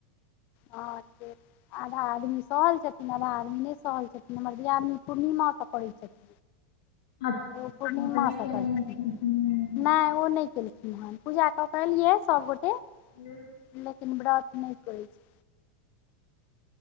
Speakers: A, on the left; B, on the left.
A: हँ। त आधा आदमी सहल छथिन आधा आदमी नहि सहल छथिन हमर दिआादनी पूर्णिमास तऽ करैत छथिन।
B: अच्छा
A: ओ पूर्णिमासँ
B: तऽ नहि केने
A: करथिन
B: हेथिन हूँ
A: नहिई ओ नहि केलिन ह पूजा क के एलियै सब गोटे
B: हू
A: लेकिन ब्रत नहि करै छै।